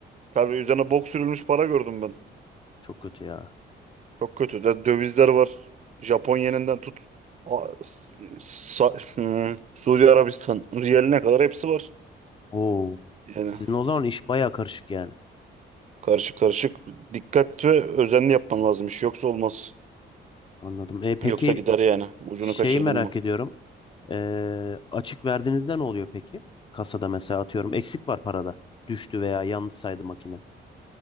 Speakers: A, on the right; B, on the left.
A: Tabii üzerine bok sürülmüş para gördüm ben.
B: Çok kötü ya.
A: Çok kötü. De, dövizler var. Japon yeninden tut. A- Sa- <laughs> hmm, Suudi Arabistan riyaline kadar hepsi var.
B: Oo.
A: Yani
B: Sizin o zaman iş baya karışık yani.
A: Karışık karışık. Dikkat ve özenli yapman lazım iş. Yoksa olmaz.
B: Anladım. E, peki
A: Yoksa gider yani. Ucunu
B: şeyi
A: kaçırdın
B: merak
A: mı?
B: ediyorum. E, açık verdiğinizde ne oluyor peki? Kasada mesela atıyorum eksik var parada. Düştü veya yanlış saydı makine.